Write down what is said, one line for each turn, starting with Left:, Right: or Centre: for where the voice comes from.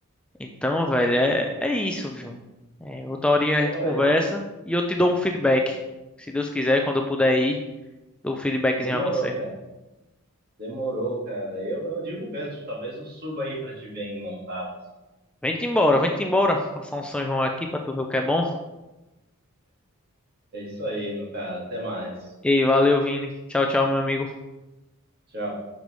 Centre: Então, velho, é, é isso, João. É, outra horinha
Right: Pô,
Centre: a gente conversa
Right: é,
Centre: e eu te dou um feedback. Se Deus quiser, quando eu puder ir, dou um feedbackzinho
Right: demorou,
Centre: a você.
Right: cara. Demorou, cara. Eu, eu digo mesmo, talvez eu suba aí pra te ver em montadas.
Centre: Vem-te embora, vem-te embora. Passar um São João aqui pra tu ver o que é bom.
Right: É isso aí, meu cara. Até mais.
Centre: Ei, valeu, Vini. Tchau, tchau, meu amigo.
Right: Tchau.